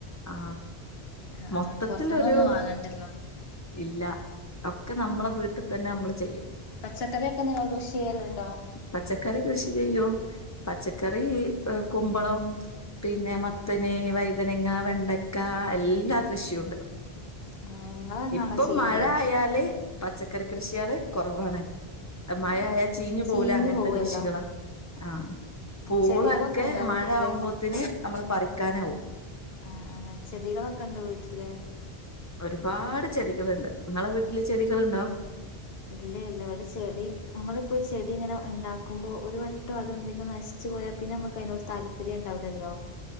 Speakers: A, on the left; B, on the left.
A: ആ
B: ആഹ്
A: മൊത്തത്തിലൊരു
B: ആഹ് പുറത്തുനിന്നൊന്നും വാങ്ങണ്ടല്ലോ
A: ഇല്ല ഒക്കെ നമ്മള വീട്ടി തന്നെ നമ്മള് ചെയ്യും
B: പച്ചക്കറിയൊക്കെ നിങ്ങള് കൃഷി ചെയ്യല്ണ്ടോ?
A: പച്ചക്കറി കൃഷി ചെയ്യും പച്ചക്കറീ കുമ്പളം പിന്നെ മത്തന് വൈതനങ്ങ വെണ്ടക്ക എല്ലാ കൃഷിയുണ്ട്
B: ഏഹ് നിങ്ങളെന്നാണോ
A: ഇപ്പം
B: ചെയ്യല്
A: മഴായാല് പച്ചക്കറി കൃഷ്യാള് കൊറവാണ്
B: ആഹ്
A: മഴായാ ചീഞ്ഞ് പോവൂലേ
B: ചീഞ്ഞു
A: അങ്ങൻത്തെ
B: പോവല്ലോ
A: കൃഷികളാ ആഹ് പൂളൊക്കെ
B: ചെടികളൊക്കെ ഉണ്ടോ
A: മഴ
B: വീട്ടില്
A: ആവുമ്പോത്ത്ന് നമ്മള് പറിക്കാനാവും
B: ആഹ് ആഹ് ചെടികളൊക്കെണ്ടോ വീട്ട്ല്
A: ഒര്പാട് ചെടികള്ണ്ട് ഇങ്ങളെ വീട്ട്ല് ചെടികള്ണ്ടാേ
B: ഇല്ല ഇല്ല ഇവടെ ചെടിം നമ്മളിപ്പോ ചെടി ഇങ്ങനെ ഇണ്ടാക്കുമ്പോ ഒര് വ ട്ടം അതെന്തിലും നശ്‌ച്ച് പോയാ പിന്നെ നമുക്ക് അയ്നോട് താല്പര്യണ്ടാവ്‌ലല്ലോ